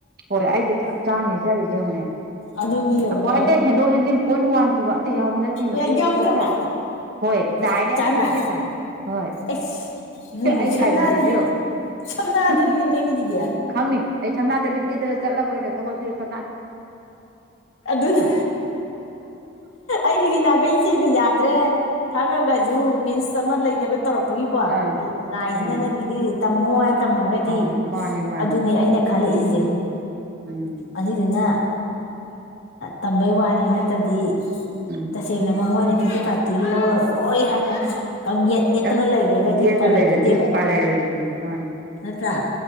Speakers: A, on the right (about 50°); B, on the left (about 70°).
A: ꯍꯣꯏ ꯑꯩꯗꯤ ꯆꯞ ꯆꯥꯅꯤ ꯆꯦꯗꯤ ꯌꯦꯡꯉꯅꯦ
B: ꯑꯗꯨꯅꯤ ꯌꯦꯡꯉꯨꯅꯦ
A: ꯑ ꯑꯗ
B: ꯅꯪ
A: ꯍꯦꯟꯗꯣ ꯍꯦꯟꯖꯤ ꯄꯣꯏꯟ ꯋꯥꯟ ꯇꯨ ꯋꯥꯟ ꯠꯇ ꯌꯥꯎꯕ ꯅꯠꯇꯦꯅꯦ
B: ꯂꯩ
A: ꯑꯩ
B: ꯌꯥꯎꯗ꯭ꯔꯕ
A: ꯍꯣꯠꯇ ꯇ ꯍꯥꯏꯁꯦ ꯍꯣꯏ
B: ꯆꯞ
A: ꯗꯥꯏꯔꯦꯛ
B: ꯆꯥꯅ
A: ꯐꯤꯐꯇꯤ ꯐꯥꯏꯚ ꯍꯣꯏ
B: ꯑꯩꯁ ꯅꯣꯏ
A: ꯑꯩꯒꯤ
B: ꯁꯝꯅꯗꯗꯤ
A: ꯂꯥꯏꯕꯛꯁꯤꯁꯨ ꯌꯦꯡꯉ
B: ꯁꯝꯅꯗꯔꯤꯅꯦ ꯅꯪꯒꯤꯁꯤꯗꯤ
A: ꯈꯪꯅꯤ ꯑꯩ ꯁꯝꯅꯥꯗ ꯂꯤꯠ ꯂꯤꯗꯅ ꯆꯠꯂꯕꯣꯏ ꯑꯣꯏꯅ ꯀꯁ ꯁ
B: ꯑꯗꯨꯅ ꯑꯩꯒꯤꯗꯤ ꯅꯥꯈꯩꯆꯦꯩꯅ ꯌꯥꯗ꯭ꯔꯦ ꯈꯪꯉꯒꯁꯨ ꯃꯤꯟꯁ ꯑꯃ ꯂꯩꯅꯕ ꯇꯧꯔꯛꯄꯒꯤꯀꯣ
A: ꯑꯥ
B: ꯂꯥꯏꯁꯤꯅ
A: ꯑꯥ
B: ꯅꯪꯒꯤꯗꯤ ꯇꯃꯣ ꯇꯝꯃꯒꯗꯤ
A: ꯑꯥꯎ ꯃꯥꯅꯤ ꯃꯥꯅꯤ
B: ꯑꯗꯨꯅꯦ ꯑꯩꯅ ꯈꯜꯂꯛꯏꯁꯦ
A: ꯎꯝ
B: ꯑꯅꯤꯗꯅꯥ ꯇꯝꯕꯩ ꯋꯥꯅꯤ ꯅꯠꯇꯗꯤ
A: ꯎꯝ
B: ꯇꯁꯦꯡꯅ ꯃꯃꯣꯏꯅ ꯐꯤꯞꯇꯤ ꯐꯥꯏꯚꯇꯒꯤ ꯂꯧꯔꯔꯣꯏ ꯍꯥꯏꯅ ꯀꯪ ꯌꯦꯠ ꯌꯦꯠꯇꯅ
A: ꯇꯛ
B: ꯂꯩꯈ꯭ꯔꯒꯗꯤ
A: ꯌꯦꯛꯒ
B: ꯎꯄꯥꯏ ꯂꯩꯄꯣꯠꯇꯦꯕ
A: ꯂꯩꯔꯗꯤ ꯎꯄꯥꯏ ꯂꯩꯔꯣꯏꯗꯣꯏꯅꯤ ꯃꯥꯅꯤ
B: ꯅꯠꯇ꯭ꯔꯥ